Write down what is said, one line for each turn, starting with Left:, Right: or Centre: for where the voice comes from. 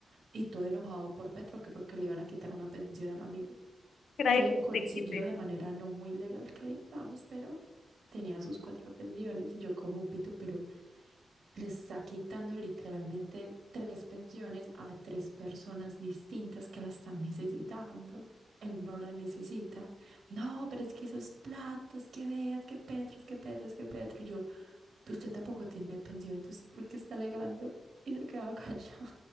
Right: y todo enojado por Petro que porque le iban a quitar una pensión al amigo
Left: nadie
Right: que
Left: que
Right: consiguió
Left: te quite.
Right: de manera no muy legal, que digamos, pero tenía sus cuatro pensiones y yo como pito, pero le está quitando literalmente tres pensiones a tres personas distintas que la están necesitando. Él no la necesita. No, pero es que esos platos, que veas, que Petro, es que Petro, es que Petro. Y yo, usted tampoco tiene pensión, entonces ¿por qué está alegando? Y se quedaba <laughs> callado.